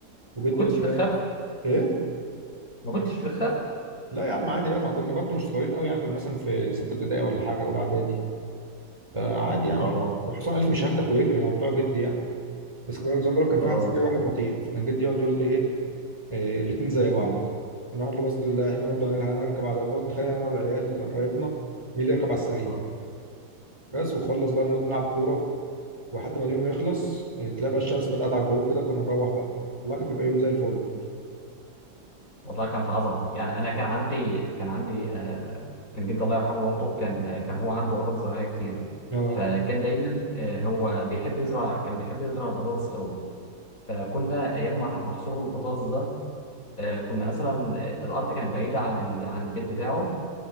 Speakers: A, on the right; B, on the left.
A: وجدي
B: ما كنتش
A: يقول
B: بتخاف
A: لنا ايه
B: ما كنتش بتخاف
A: لا يا عم عادي بقى ما كنا برضو مش صغيرين قوي يعني كنا مثلا في ستة ابتدائي ولا حاجة أولى إعدادي فعادي يعني
B: اه
A: حسام الف مش هياخدك ويجري هو بتوع جدي يعني بس كان بقول- زي ما بقول لك كان في
B: اه
A: واحد سريع وواحد بطيء فكان جدي يقعد يقول لي ايه إيه، الاتنين زي بعض
B: مم.
A: نقعد له بس لا احنا برضه هنركب هنركب على نقعد نتخانق انا والعيال قرايبنا مين اللي يركب على السريع
B: اه
A: بس وخلص بقى نقعد نلعب كوره ولحد ما اليوم يخلص إيه، تلاقي بقى الشمس بدأت على الغروب كده كنا نروح بقى والله كان بيبقى يوم زي الفل
B: والله كانت عظمة يعني انا كان عندي كان عندي آه كان جدي الله يرحمه برضه كان كان هو عنده ارض زراعية كتير
A: اه
B: فكان دايما آه هو بيحب يزرع كان بيحب يزرع البطاطس قوي فكنا ايام ما محصول البطاطس ده آه كنا مثلا آه، الارض كانت بعيدة عن ال... عن البيت بتاعه